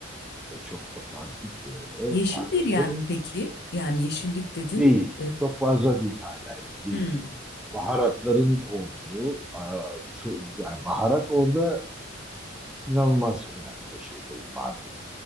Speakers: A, in the centre; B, on the left.
A: e, çok otantik böyle
B: Yeşil
A: farklı
B: bir yer mi peki? Yani yeşillik dedin.
A: değil.
B: E,
A: Çok fazla değil hala değil.
B: hmm.
A: Baharatların olduğu, a, ço- yani baharat orada inanılmaz önem taşıyor tabii madem